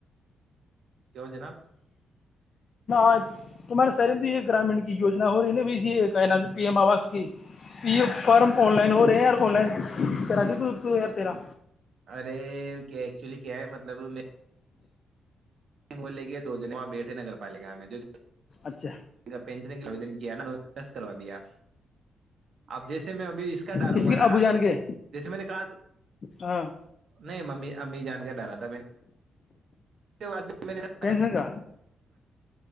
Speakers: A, on the right (about 65°); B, on the left (about 50°).
A: کیو جناب
B: آج تمہارے سر یہ گرامین کییجنا ہو رہی نا سی نام پی ایم آوس کی پی فارم آن لائن ہو رہے ہیں یار آن لائن کرا کے تو دو ار تیرہ
A: ارے کہ ایکچولی کیا ہے مطلب میں مے کے دو جنے وہاں بیڑ سے نگر پالا میں جو س
B: اچھا
A: پنسنٮ دن کیا نس کرا دیا اب جیسے میں ابھی ر کا ڈالوں
B: کس
A: گا
B: کے
A: نا
B: ابو جان کے
A: جیسے میں نے کہا
B: ہاں
A: نہیں ممی امی جان کر ڈالا تھا میں نے <unintelligible> <unintelligible>
B: پینشن کا